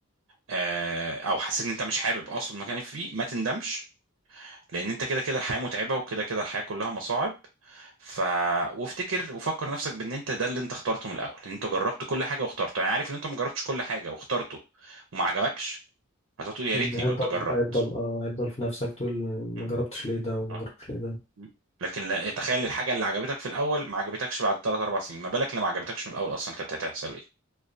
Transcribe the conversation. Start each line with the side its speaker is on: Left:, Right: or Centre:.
Right: آه، او حسيت ان انت مش حابب اقصد مكانك فيه ما تندمش لان انت كده كده الحياه متعبه وكده كده الحياه كلها مصاعب ف وافتكر وفكر نفسك بان انت ده اللي انت اخترته من الاول ان انت جربت كل حاجه واخترته يعني عارف ان انت ما جربتش كل حاجه واخترته وما عجبكش هتقعد تقول يا
Left: مم.
Right: ريتني
Left: هيفضل
Right: كنت جربت
Left: هيفضل اه هيفضل في نفسك تقول ما
Right: مم.
Left: جربتش ليه ده وما
Right: اه
Left: جربتش ليه ده
Right: مم. لكن لا تخيل الحاجه اللي عجبتك في الاول ما عجبتكش بعد 3 4 سنين ما بالك اللي ما عجبتكش من الاول اصلا كانت هتحصل ايه